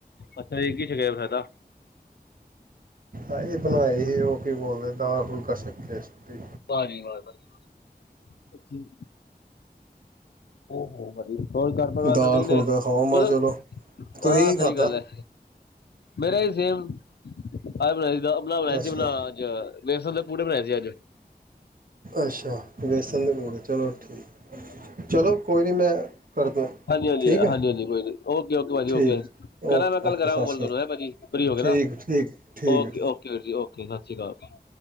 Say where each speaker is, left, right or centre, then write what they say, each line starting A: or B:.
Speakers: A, on the left; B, on the right.
A: ਅੱਛਾ ਜੀ ਕੀ ਚਾਹੀਦਾ ਹੁਣ ਹੈਦਾ।
B: ਆਹੀ ਬਣਾਏ ਸੀ ਉਹ ਕੀ ਬੋਲਦੇ ਦਾਲ ਫੁਲਕਾ ਛੱਕਿਆ ਸੀ ਤੇ
A: ਧਾਰੀਵਾਲ ਬਾਈ। ਓ ਹੋ ਵਧੀਆ। ਹੋਰ ਘਰ ਪਰਿਵਾਰ
B: ਦਾਲ
A: ਸਭ ਠੀਕ
B: ਫੁਲਕਾ
A: ਨੇ,
B: ਖਾਵਾਂ
A: ਚਲੋ
B: ਮੈਂ ਤੁਸੀਂ
A: ਹਾਂ
B: ਕੀ
A: ਸਹੀ
B: ਖਾਧਾ
A: ਗੱਲ ਹੈ, ਮੇਰਾ ਹੀ ਸੇਮ ਐ ਬਣੇਗਾ ਲਾ ਬਣਾਏ
B: ਅੱਛਾ
A: ਸੀ ਓਹਨਾ ਅੱਜ ਵੇਸਣ ਦੇ ਪੂੜੇ ਬਣਾਏ ਸੀ ਅੱਜ
B: ਅੱਛਾ ਬੇਸਣ ਚਲੋ ਠੀਕ ਚਲੋ ਕੋਈ ਨਹੀਂ ਮੈਂ ਕਰਦਾ
A: ਹਾਂਜੀ ਹਾਂਜੀ
B: ਠੀਕ ਹੈ।
A: ਹਾਂਜੀ ਹਾਂਜੀ ਕੋਈ ਨੀ ਓਕੇ, ਓਕੇ ਭਾਜੀ,
B: ਠੀਕ
A: ਓਕੇ ਕਰਾਂ
B: ਓਕੇ
A: ਗਾ ਕੱਲ
B: ਓਕੇ
A: ਕਰਾਂ
B: ਸਤਿ
A: ਕੋਲ ਤੁਹਾਨੂੰ ਹੈ, ਭਾਜੀ ਫਰੀ
B: ਸ਼੍ਰੀ
A: ਹੋ ਕੇ ਨਾ,
B: ਅਕਾਲ ਠੀਕ ਠੀਕ ਠੀਕ
A: ਓਕੇ,
B: ਹੈ ਠੀਕ
A: ਓਕੇ ਵੀਰ ਜੀ, ਓਕੇ, ਸਤਿ ਸ਼੍ਰੀ ਅਕਾਲ।